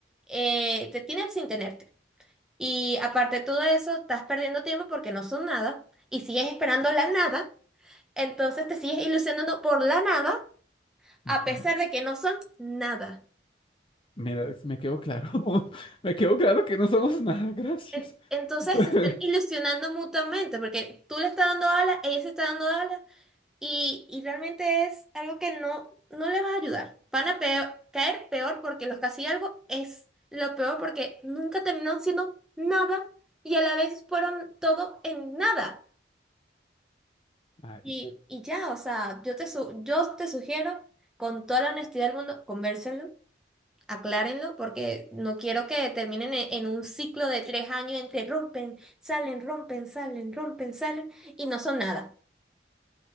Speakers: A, in the centre; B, on the left (about 30°).
A: eh, te tienen sin tenerte. Y aparte de todo eso, estás perdiendo tiempo porque no son nada y sigues esperando la nada, entonces te sigues ilusionando por la nada
B: Ujú.
A: a pesar de que no son nada.
B: Mira, es- me quedó claro. <laughs> Me quedó claro que no somos nada, gracias.
A: En- Entonces
B: <laughs>
A: se están ilusionando mutuamente porque tú le estás dando alas, ella se está dando alas y, y realmente es algo que no, no le va a ayudar. Van a peor- caer peor porque los casi algo es lo peor porque nunca terminaron siendo nada y a la vez fueron todo en nada.
B: Ay.
A: Y, y ya, o sea, yo te, su- yo te sugiero con toda la honestidad del mundo, convérselo Aclárenlo porque no quiero que terminen e- en un ciclo de tres años entre rompen, salen, rompen, salen, rompen, salen y no son nada.